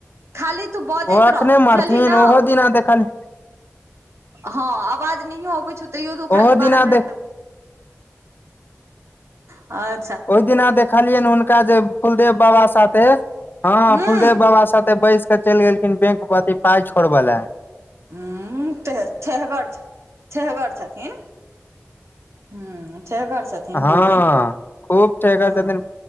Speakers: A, on the right (about 65°); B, on the left (about 45°).
A: खाली तू बऽ दैत
B: ओ अखने
A: रह
B: मरथिन
A: बुझलि न
B: ओहो दिना देखल
A: हँ आवाज नहि अबै छौ तैयो तु
B: ओहो
A: खाली
B: दिना
A: बारह मिनट
B: देख
A: तऽ आ
B: ओहि दिना देखलियनि हुनका जे फुलदेव बाबा साथे हँ
A: हूँ
B: फुलदेव बाबा साथे बैस कऽ चलि गेलखिन बैंक अथी पाय छोड़ब लए
A: उं त थेहगर छ थेहगर छथिन हुं थेहगर छथिन
B: हँ
A: बूढ़ी
B: खूब थेहगर
A: हँ
B: छथिन